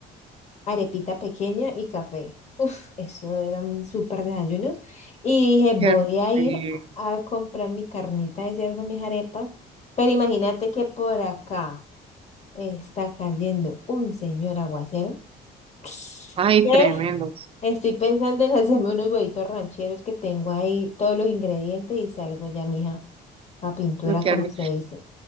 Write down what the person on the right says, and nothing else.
qué
rico.
Ay,
tremendo.
Uy, qué
rico.